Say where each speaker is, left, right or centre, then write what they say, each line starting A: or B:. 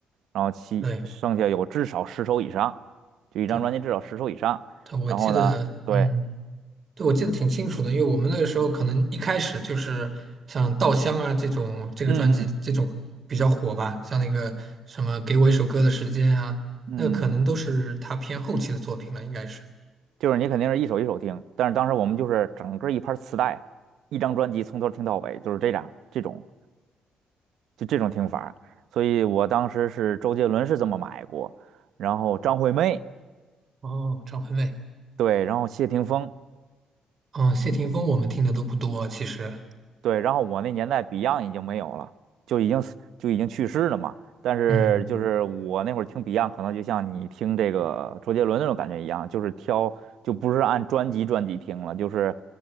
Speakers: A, on the right; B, on the right.
A: 然后其剩下有至少十首以上，
B: 对
A: 就一张专辑至少十首以上，
B: 对。对我记得，
A: 然后呢，对，
B: 嗯，对，我记得挺清楚的，因为我们那个时候可能一开始就是像《稻香》啊这种这个专辑这种比较火吧，
A: 嗯嗯
B: 像那个什么《给我一首歌的时间》啊，
A: 嗯。
B: 那个可能都是他偏后期的作品了，应该是。
A: 就是你肯定是一首一首听，但是当时我们就是整个一盘磁带，一张专辑从头听到尾，就是这样这种就这种听法所以我当时是周杰伦是这么买过，然后张惠妹，
B: 哦，张惠妹，
A: 对，然后谢霆锋。
B: 嗯，谢霆锋我们听的都不多，其实，
A: 对，然后我那年代 Beyond 已经没有了，就已经死就已经去世了嘛。但是就是我那会儿听
B: 嗯
A: Beyond，可能就像你听这个周杰伦那种感觉一样，就是挑就不是按专辑专辑听了，就是